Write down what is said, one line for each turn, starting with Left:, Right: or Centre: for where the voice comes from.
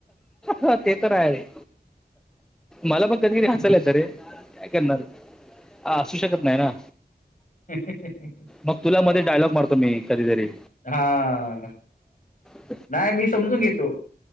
Centre: ह ते तर आहे रे मला पण कधी करी हसायल आहे तर रे. काय करणार ह असू शकत नाही ना.
Left: ह
Centre: मग तुला मध्ये डायलॉग मारतो मी कधीतरी
Left: हा
Centre: ह
Left: नाही मी समजून घेतो.